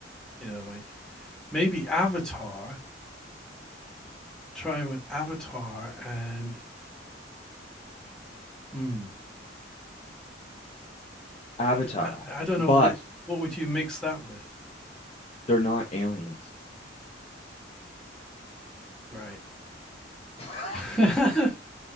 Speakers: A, in the centre; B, on the left.
A: You know, like maybe Avatar. Trying with Avatar and hmm,
B: Avatar.
A: I don't, I, I don't
B: But
A: know what what would you mix that with,
B: they're not aliens.
A: right?
B: <laughs>
A: <laughs>